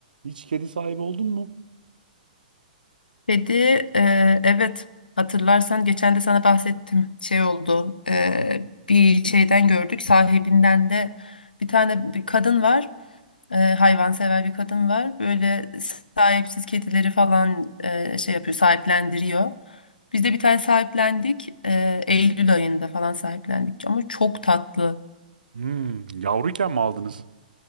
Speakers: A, on the right; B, on the left.
A: Hiç kedi sahibi oldun mu?
B: Kedi, e, evet hatırlarsan geçen de sana bahsettim şey oldu e, bir şeyden gördük sahibinden de bir tane bir kadın var e, hayvansever bir kadın var böyle sahipsiz kedileri falan e, şey yapıyor sahiplendiriyor. Biz de bir tane sahiplendik e, Eylül ayında falan sahiplendik ama çok tatlı.
A: Hmm, yavruyken mi aldınız?